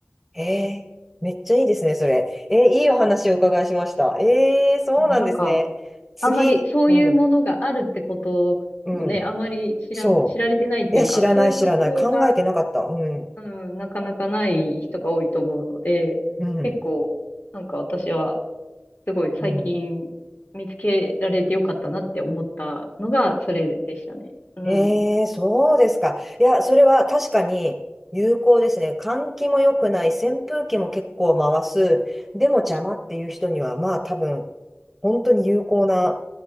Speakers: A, in the centre; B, on the left.
A: えーめっちゃいいですね、それ。えーいいお話をお伺いしました。えーそうなんですね。
B: なんか、
A: 次、
B: あんまりそういうものがあるってこともね、
A: うん、うん。
B: あんまり知らん、
A: そ
B: 知られてないっていうか、
A: う。いや、知らない、
B: そういう発想が
A: 知らない。考えてなかった。うん、
B: うん、なかなかない人が多いと思うので、
A: うん、
B: 結構、なんか私は、すごい最近見つけられてよかったなって思ったのが、
A: うん。
B: それでしたね。うん。
A: ええ、そうですか。いや、それは確かに有効ですね。換気も良くない、扇風機も結構回す。でも邪魔っていう人には、まあ多分、本当に有効な